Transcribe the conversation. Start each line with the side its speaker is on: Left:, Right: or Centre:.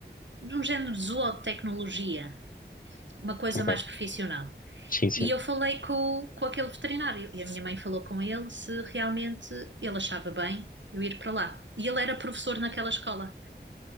Right: de um género de zootecnologia, uma coisa
Left: ok.
Right: mais profissional.
Left: Sim, sim.
Right: E eu falei com, com aquele veterinário e a minha mãe falou com ele se realmente ele achava bem eu ir para lá. E ele era professor naquela escola